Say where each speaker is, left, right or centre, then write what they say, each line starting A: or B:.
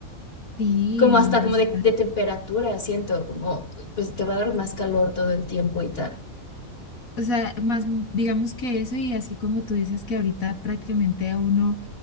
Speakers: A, on the left; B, on the left.
A: Sí,
B: como hasta como
A: o sea,
B: de, de temperatura, siento, como pues te va a dar más calor todo el tiempo y tal.
A: o sea, más mm, digamos que eso y así como tú dices que ahorita prácticamente a uno